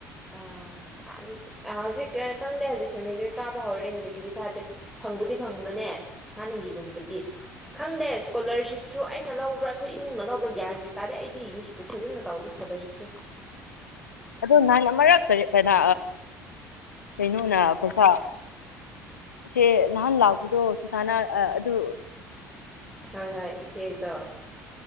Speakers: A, in the centre; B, on the left.
A: ꯑꯥ ꯊꯥꯗꯤ ꯍꯧꯖꯤꯛ ꯈꯪꯗꯦ ꯍꯧꯖꯤꯛ ꯁꯦꯃꯤꯁꯇꯔ ꯀꯥꯕ ꯍꯧꯔꯦ ꯍꯧꯖꯤꯛꯀꯤꯗꯤ ꯊꯥꯗ꯭ꯔꯦ ꯐꯪꯕꯨꯗꯤ ꯐꯪꯕꯅꯦ ꯍꯥꯟꯅꯒꯤꯒꯨꯝꯕꯗꯤ ꯈꯪꯗꯦ ꯏꯁꯀꯣꯂꯔꯁꯤꯞꯁꯨ ꯑꯩꯅ ꯂꯧꯕ꯭ꯔꯥ ꯑꯩꯈꯣꯏ ꯏꯃꯨꯡꯅ ꯂꯧꯕ꯭ꯔꯥ ꯒ꯭ꯌꯥꯟ ꯃꯦꯟ ꯇꯥꯔꯦ ꯑꯩꯗꯤ ꯌꯨꯁꯄꯨ ꯐꯖꯅ ꯇꯧꯗꯦ ꯏꯁꯀꯣꯂꯔꯁꯤꯞꯁꯦ
B: ꯑꯗꯣ ꯅꯍꯥꯟ ꯑꯃꯛ ꯀꯔꯤ ꯀꯅꯥ ꯀꯩꯅꯣꯅ ꯄꯩꯁꯥ ꯁꯦ ꯅꯍꯥꯟ ꯂꯥꯛꯄꯗꯣ ꯆꯁꯥꯅ ꯑꯗꯨ
A: ꯍꯣꯏ ꯍꯣꯏ ꯏꯆꯦꯗ